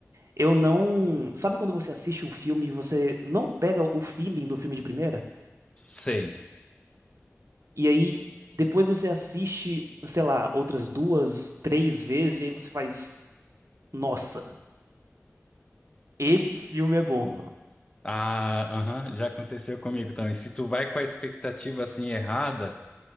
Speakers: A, on the right; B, on the left.
A: eu não, sabe quando você assiste um filme e você não pega o feeling do filme de primeira?
B: Sei.
A: E aí depois você assiste, sei lá, outras duas, três vezes e aí você faz, nossa, esse filme é bom.
B: Ah, aham, já aconteceu comigo também. Se tu vai com a expectativa assim errada,